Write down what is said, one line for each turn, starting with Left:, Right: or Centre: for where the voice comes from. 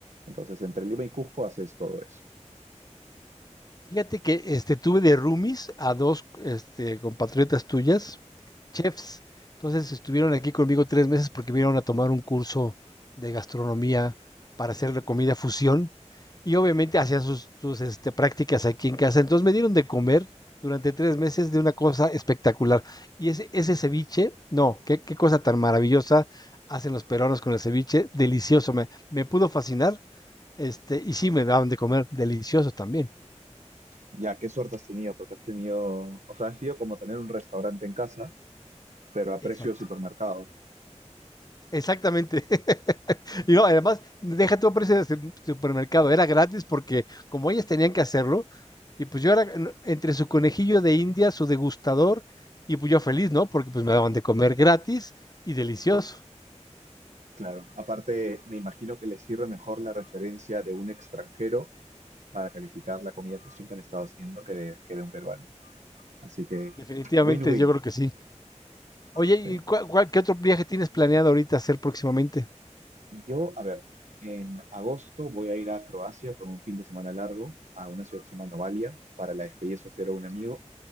Right: Entonces, entre Lima y Cusco haces todo eso.
Left: Fíjate que, este, tuve de roomies a dos, este, compatriotas tuyas chefs. Entonces estuvieron aquí conmigo tres meses porque vinieron a tomar un curso de gastronomía para hacer la comida fusión y obviamente hacían sus, sus, este, prácticas aquí en casa. Entonces me dieron de comer durante tres meses de una cosa espectacular. Y ese, ese ceviche, no, qué, qué cosa tan maravillosa hacen los peruanos con el ceviche, delicioso, me, me pudo fascinar, este, y sí me daban de comer, delicioso también.
Right: Ya, qué suerte has tenido, porque has tenido, o sea, ha sido como tener un restaurante en casa, pero a precio
Left: Exacto.
Right: de supermercado.
Left: Exactamente. <laughs> Y no, además, deja tu precio de supermercado, era gratis porque como ellas tenían que hacerlo, y pues yo era en- entre su conejillo de India, su degustador, y pues yo feliz, ¿no? Porque pues me daban de comer gratis y delicioso.
Right: Claro, aparte me imagino que les sirve mejor la referencia de un extranjero para calificar la comida fusión que han estado haciendo que de, que de un peruano. Así que,
Left: Definitivamente
Right: win-win.
Left: yo creo que sí. Oye,
Right: Sí.
Left: ¿y cuál- cuál- qué otro viaje tienes planeado ahorita hacer próximamente?
Right: Yo, a ver, en agosto voy a ir a Croacia por un fin de semana largo, a una ciudad que se llama Novalia, para la despedida soltera de un amigo.